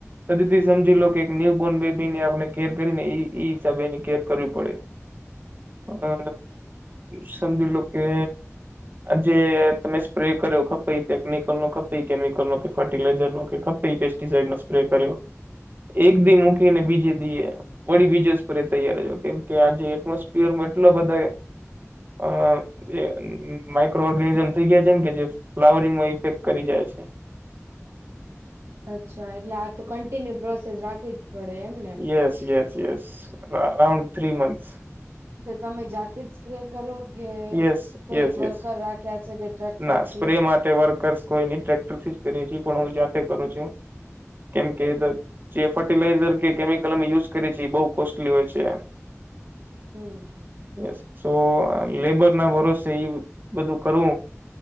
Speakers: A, on the right; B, on the right.
A: ત દધથી સમજી લો કે એક ન્યૂબોર્ન બેબી ને આપણે કેર કરીને ઈ એ હિસાબેની કેર કરવી પડે
B: હ
A: અ સમજું લો કે જે તમે સ્પ્રે કર્યો ખપે ટેકનિકલ નો ખપે કેમિકલ નો કે ફર્ટિલાઈઝર નો કે ખે પેસ્ટિાઈડ નો સ્પ્રે કર્યો એક દી મૂકીને બીજી દી એ વળી બીજસ પર તૈયારજો કેમ કે આજે એટમોસફિયરમાં એટલા બધાએ આ જે માઇક્રો ઓર્ગેનીઝમ થઈ ગાય છેને કે જે ફ્લાવરિંગમાં ઇફેક્ટ કરી જાય છે.
B: અચ્છા એટલે આ તો કન્ટિન્યુ પ્રોસેસ રાખવી જ પડે એમને
A: yes yes yes around three months
B: તો તમે જાતે જ સ્પ્રે કરો કે
A: યસ
B: કોઈ
A: યસ યસ
B: વર્કર રાખ્યા છે કે ટ્રેક્ટર
A: ના સ્પ્રે
B: થી
A: માટે વર્કર્સ કોઈ ની ટ્રેક્ટર થી જ કરયે છે પણ હું જાતે કરું છું કેમકે જે ફર્ટિલાઈઝર કે કેમિકલ અમે યુઝ કરીએ છીએ એ બહુ કોસ્ટલી હોય છે.
B: હમ
A: હ તો લેબર ના ભરોસે ઈ બધું કરવું